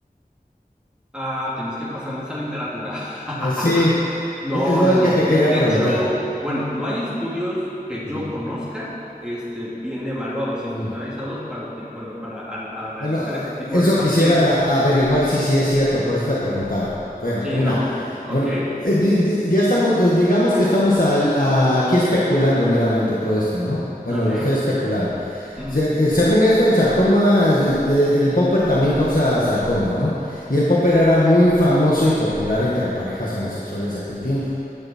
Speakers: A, in the centre; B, on the left (about 65°).
A: Ah, tienes que pasarme esa literatura. <laughs>
B: Eh, Sí,
A: No,
B: e- es lo
A: no, no.
B: que te quería
A: De
B: preguntar.
A: hecho, bueno, no hay estudios que
B: Ujú,
A: yo conozca, este, bien evaluados
B: ujú.
A: y estandarizados para, util- bueno, para an- analizar
B: Bueno,
A: este tipo
B: eso
A: de pacientes.
B: quisiera a- averiguar si sí es cierto, por eso te preguntaba. Bueno,
A: Sí,
B: una.
A: no, ok,
B: Bueno, eh, di- di- ya estamos, eh, digamos que estamos al- a- aquí especulando meramente todo esto, ¿no? Bueno,
A: ok.
B: lo estoy especulando.
A: ujú.
B: Se- eh, según esto, el sarcoma, eh, de- el popper también causa sarcoma, ¿no? Y el popper era muy famoso y popular entre parejas homosexuales de aquel tiempo.